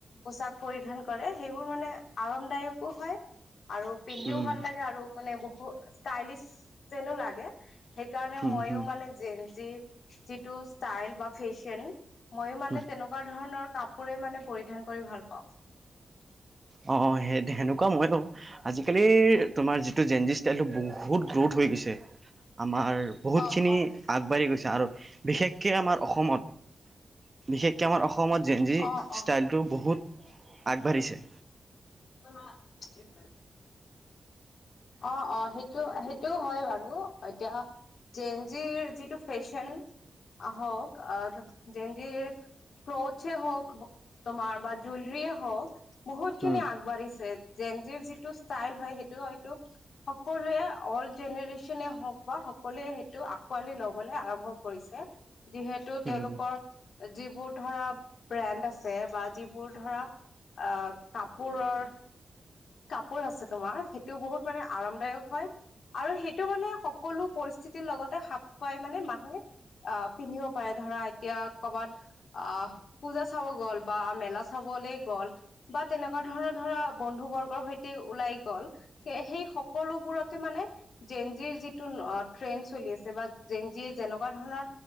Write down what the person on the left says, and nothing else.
পোচাক পৰিধান কৰে সেইবোৰ মানে আৰামদায়কো হয় আৰু পিন্ধিও
ভাল লাগে আৰু মানে বহু ষ্টাইলিছ যেনো লাগে। সেইকাৰণে
মইয়ো
মানে যেঞ্জি যিটো ষ্টাইল বা ফেশ্বন মইয়ো মানে
তেনেকুৱা ধৰণৰ কাপোৰে মানে পৰিধান কৰি ভাল পাওঁ।
অ অ
অ অ
<unintelligible> অ' অ' সেইটো - সেইটোও হয় বাৰু এতিয়া যেঞ্জিৰ যিটো ফেশ্বন আ হক আ যেঞ্জিৰ ক্ৰোচে হওক তোমাৰ বা জুলৰিয়ে হওক বহুত খিনি
আগবাঢ়িছে যেঞ্জিৰ যিটো ষ্টাইল হয় সেইটো হয় টো সকলোৱে অল্ড জেনেৰেচনে হওঁক বা সকলোৱে সেইটো আকোৱালি ল'বলে আৰম্ভ ভ কৰিছে। যিহেতু তেওঁলোকৰ
যিবোৰ ধৰা ব্ৰেণ্ড আছে বা যি এইবোৰ ধৰা আ কাপোৰৰ, কাপোৰ আছে তোমাৰ <unintelligible> টো বহুত মানে আৰামদায়ক হয় আৰু সেইটো মানে সকলো পৰিস্থিতিৰ লগতে সাপ খুৱাই মানে মানুহে অ পিন্ধিব পাৰে ধৰা এতিয়া, কৰ'বাত অ পুজা চাব গ'ল বা। বা মেলা চাবলৈ গ'ল, বা তেনেকুৱা ধৰণৰ ধৰা বন্ধু বৰ্গৰ সৈতে ওলাই গ'ল। সেই সকলোবোৰতে মানে, জেঞ্জিৰ যিটো অ ট্ৰেন চলি আছে বা জেঞ্জিৰ। যেনেকুৱা ধৰণৰ